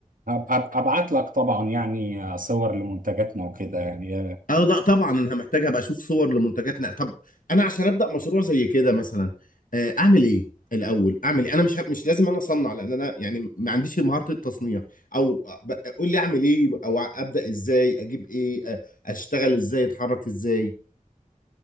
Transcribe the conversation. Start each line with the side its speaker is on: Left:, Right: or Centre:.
Right: هب- هب- هبعت لك طبعا يعني صور لمنتجاتنا وكده يعني
Left: اه لا طبعا انا محتاج ابقى اشوف صور لمنتجات نق... طب انا عشان ابدا مشروع زي كده مثلا آه، اعمل ايه الاول اعمل ايه انا مش مش لازم انا اصنع لان انا يعني ما عنديش مهارة التصنيع او ب- قول لي اعمل ايه او ابدا ازاي اجيب ايه آه، اشتغل ازاي اتحرك ازاي